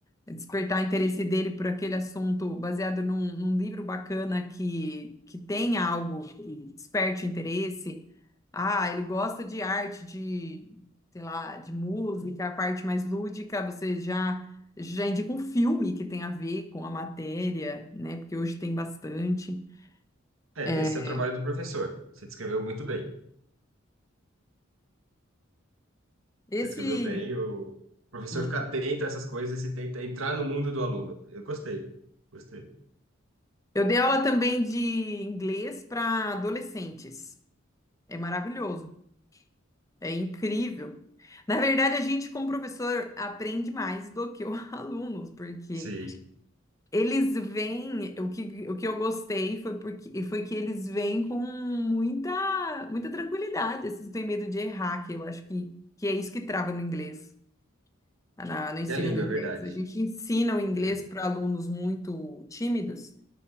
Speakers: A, on the left; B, on the right.
A: despertar interesse dele por aquele assunto baseado num, num livro bacana que, que tem algo que desperte interesse. Ah, ele gosta de arte, de, sei lá, de música, a parte mais lúdica, você já já indica um filme que tem a ver com a matéria, né? Porque hoje tem bastante.
B: É,
A: É,
B: esse é o trabalho do professor. Você descreveu muito bem.
A: esse
B: Você descreveu bem, o professor
A: hum.
B: fica atento a essas coisas e tenta entrar no mundo do aluno. Eu gostei, gostei.
A: Eu dei aula também de inglês para adolescentes. É maravilhoso. É incrível. Na verdade, a gente, como professor, aprende mais do que os <laughs> alunos, porque
B: Sim.
A: eles vêm. O que, o que eu gostei foi porque foi que eles vêm com muita, muita tranquilidade. Eles não têm medo de errar, que eu acho que, que é isso que trava no inglês, na- no ensino
B: E a língua,
A: do inglês.
B: é verdade.
A: A gente ensina o inglês
B: É.
A: para alunos muito tímidos.